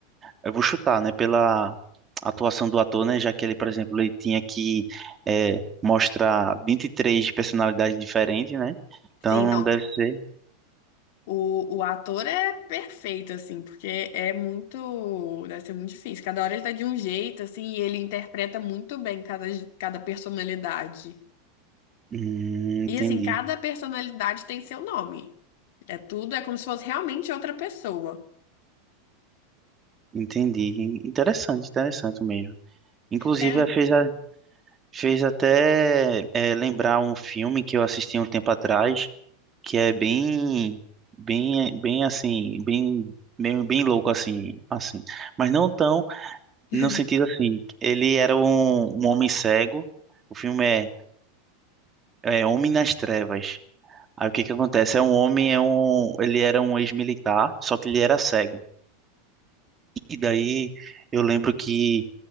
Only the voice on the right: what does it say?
Eu vou chutar, né? Pela atuação do ator, né? Já que ele, por exemplo, ele tinha que é, mostrar 23 personalidades diferentes, né? Então
deve ser.
Hum, entendi,
entendi. Interessante, interessante mesmo. Inclusive,
eh, fez, a- fez até eh, lembrar um filme que eu assisti um tempo atrás, que é bem, bem, bem assim, bem, bem, bem louco assim, assim. Mas não tão
No sentido assim, ele era um, um homem cego. O filme é, é Homem nas Trevas. Aí o que que acontece? É um homem, é um, ele era um ex-militar, só que ele era cego. E daí eu lembro que